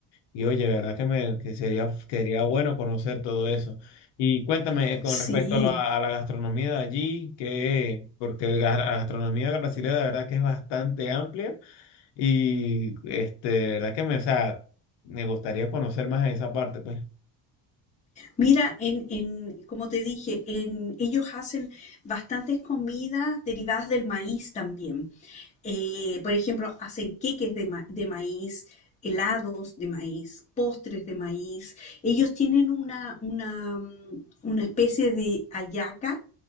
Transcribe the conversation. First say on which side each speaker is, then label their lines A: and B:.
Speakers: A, on the left (about 65°); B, on the left (about 15°).
A: Y oye, de verdad que me que sería, sería bueno conocer todo eso. Y cuéntame eh, con
B: Sí,
A: respecto a la, a la gastronomía de allí, que, porque la la gastronomía brasileña de verdad que es bastante amplia y este, de verdad que me, o sea, me gustaría conocer más en esa parte, pues.
B: mira, en, en, como te dije, en, ellos hacen bastantes comidas derivadas del maíz también. Eh, por ejemplo, hacen queques de, ma- de maíz, helados de maíz, postres de maíz. Ellos tienen una, una, mm, una especie de hallaca,